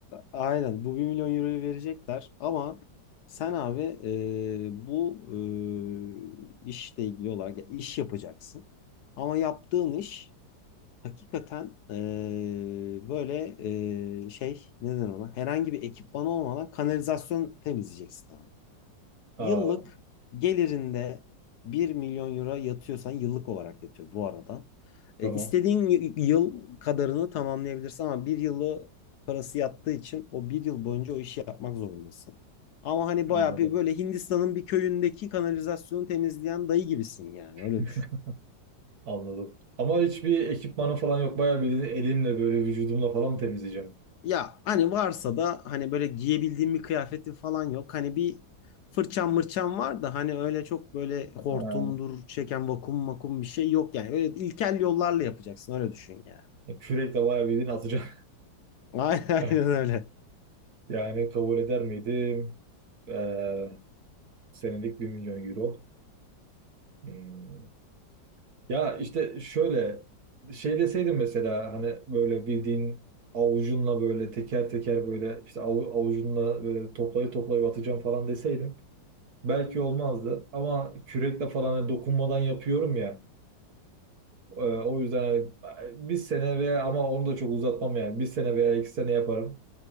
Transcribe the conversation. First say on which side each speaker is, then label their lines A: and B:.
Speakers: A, on the left (about 70°); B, on the right (about 55°).
A: aynen bu bir milyon euroyu verecekler ama sen abi e, bu e, işle ilgili olarak ya iş yapacaksın. Ama yaptığın iş hakikaten e, böyle e, şey ne denir ona herhangi bir ekipman olmadan kanalizasyon temizleyeceksin
B: Aa,
A: Yıllık gelirinde bir milyon euro yatıyorsan yıllık olarak yatıyor bu arada.
B: tamam
A: E, istediğin y- yıl kadarını tamamlayabilirsin ama bir yılı parası yattığı için o bir yıl boyunca o işi yapmak zorundasın. Ama hani bayağı
B: anladım
A: bir böyle Hindistan'ın bir köyündeki kanalizasyonu temizleyen dayı gibisin yani öyle
B: <laughs>
A: düşün.
B: anladım. Ama hiçbir ekipmanı falan yok. Bayağı bildiğin elimle böyle vücudumla falan mı temizleyeceğim?
A: Ya hani varsa da hani böyle giyebildiğim bir kıyafetim falan yok. Hani bir fırçam mırçam var da hani öyle çok böyle hortumdur
B: Ha.
A: çeken vakum makum bir şey yok yani. Öyle ilkel yollarla yapacaksın öyle düşün yani.
B: e, Kürekle bayağı bildiğin atacağım.
A: <laughs> Aynen aynen
B: <laughs>
A: öyle.
B: Yani kabul eder miydim? Ee, senelik 1 milyon euro. Hmm. Ya işte şöyle şey deseydin mesela hani böyle bildiğin avucunla böyle teker teker böyle işte avu- avucunla böyle toplayı toplayıp atacağım falan deseydin belki olmazdı ama kürekle falan hani dokunmadan yapıyorum ya e, o yüzden hani e, bir sene veya ama onu da çok uzatmam yani bir sene veya iki sene yaparım